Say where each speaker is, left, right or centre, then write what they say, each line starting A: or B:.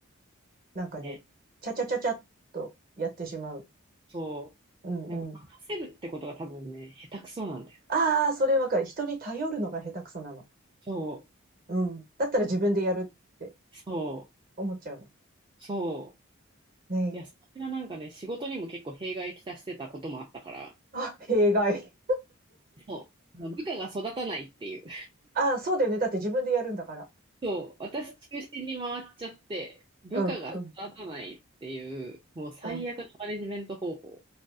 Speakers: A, on the right (about 40°); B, on the right (about 20°).
A: なんかね、
B: ね。
A: ちゃちゃちゃちゃっとやってしまう。
B: そ
A: うんうん。
B: う。なんか任せるってことが多分ね、下手くそなんだよ。
A: ああ、それわかる。人に頼るのが下手くそなの。
B: そう。
A: うん。だったら自分でやるって
B: そう。
A: 思っちゃうの。
B: そう。
A: ねえ。
B: いや、それがなんかね、仕事にも結構弊害きたしてたこともあったから、
A: あ、弊害。
B: そう。あの部下が育たないっていう。
A: あ、そうだよね。だって自分でやるんだから。
B: そう。私中心に回っちゃって、部下が育たないっていう、
A: うん、うん、
B: もう最悪のマネジメント方法。
A: うん。